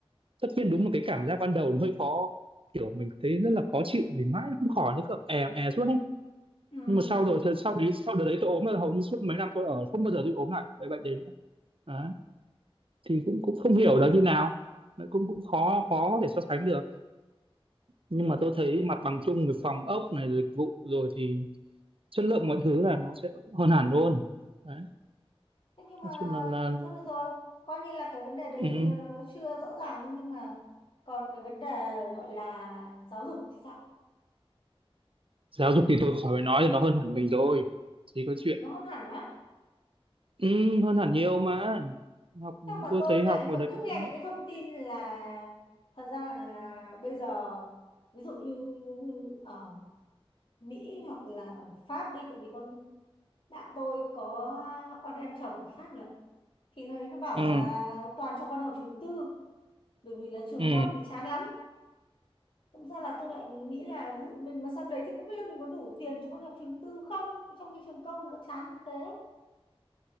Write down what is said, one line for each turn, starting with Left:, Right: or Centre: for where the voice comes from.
Right: tất nhiên đúng là cái cảm giác ban đầu nó hơi khó kiểu mình thấy rất là khó chịu thì mãi nó không khỏi nó cứ è è suốt ấy
Left: ừ
Right: nhưng mà sau rồi thật- sau đấy sau đợt đấy tôi ốm là hầu như suốt mấy năm tôi ở không bao giờ tôi ốm lại cái bệnh đến đấy, thì cũng cũng không hiểu là như nào Đấy, cũng cũng khó khó để so sánh được nhưng mà tôi thấy mặt bằng chung về phòng ốc này dịch vụ rồi thì chất lượng mọi thứ là nó sẽ hơn hẳn luôn đấy
Left: thế nhưng mà
Right: nói chung là là là-
Left: thôi được rồi coi như là cái vấn đề đấy
Right: ừ.
Left: thì nó, nó chưa rõ ràng ấy, nhưng mà còn cái vấn đề gọi là giáo dục thì sao
Right: giáo dục thì tôi khỏi phải nói thì nó hơn hẳn mình rồi chỉ có chuyện
Left: nó hơn hẳn á
Right: ừ, hơn hẳn nhiều mà học
Left: sao mà
Right: tôi
Left: tôi
Right: thấy
Left: lại
Right: học ở
Left: vẫn
Right: đấy
Left: cứ nghe
Right: cũng
Left: những cái thông tin là thật ra là, là bây giờ ví dụ như ở Mỹ hoặc là ở Pháp đi tại vì con bạn tôi có con em chồng ở Pháp nữa thì nó nó bảo
Right: ừ
Left: là toàn cho con học trường tư bởi vì là trường
Right: ừ
Left: công thì chán lắm Thực ra là tôi lại nghĩ là ví dụ mình mà sang đấy thì không biết là mình có đủ tiền cho con học trường tư không trong khi trường công nó chán như thế